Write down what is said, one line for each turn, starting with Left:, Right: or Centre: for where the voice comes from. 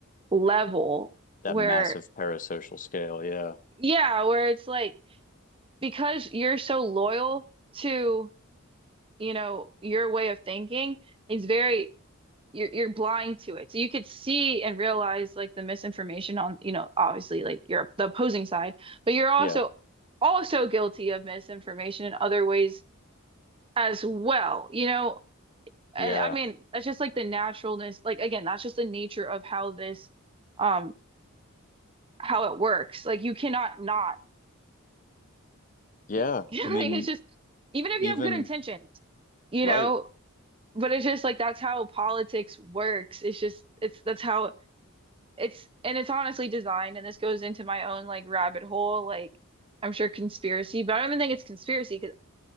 Right: level
Left: That
Right: where,
Left: massive parasocial scale. Yeah.
Right: yeah, where it's like because you're so loyal to, you know, your way of thinking. It's very you're you're blind to it. So you could see and realize like the misinformation on, you know, obviously like you're the opposing side, but you're also
Left: Yeah.
Right: also guilty of misinformation in other ways as well, you know. And
Left: Yeah.
Right: I mean, that's just like the naturalness, like again, that's just the nature of how this um how it works. Like you cannot not
Left: Yeah.
Right: be. <laughs> Like
Left: I mean,
Right: it's just even if
Left: even
Right: you have good intentions, you
Left: right.
Right: know, but it's just like that's how politics works. It's just it's that's how it's and it's honestly designed, and this goes into my own like rabbit hole, like I'm sure conspiracy, but I don't even think it's conspiracy because